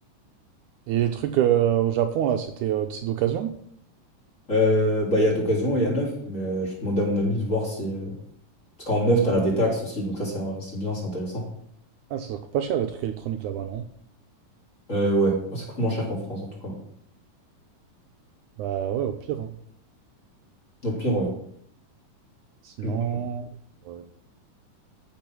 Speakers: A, on the right (about 75°); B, on the left (about 25°).
A: Et les trucs euh, au Japon, là, c'était euh, c'est d'occasion?
B: euh, bah, il y a d'occasion et il y a neuf. Mais euh, je demandais à mon ami de voir si. euh, Parce qu'en neuf, t'as la détaxe aussi. Donc ça, c'est euh, c'est bien, c'est intéressant.
A: Ah, ça ça coûte pas cher les trucs électroniques là-bas, non?
B: Euh, ouais, ça coûte moins cher qu'en France, en tout cas.
A: Bah ouais, au pire, hein.
B: Au pire, ouais.
A: Sinon...
B: Donc, voilà.
A: ouais.